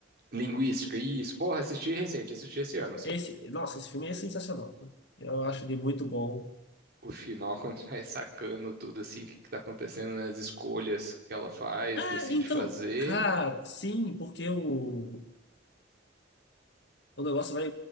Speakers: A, on the right; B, on the left.
A: Linguística, isso. Porra, assisti recente, assisti esse ano, assim.
B: Esse, nossa, esse filme é sensacional. pô. Eu acho ele muito bom.
A: O final, quando <laughs> vai sacando tudo, assim, o que que tá acontecendo, né? As escolhas que ela faz,
B: Ah,
A: decide
B: então,
A: fazer.
B: cara, sim, porque o, o negócio vai,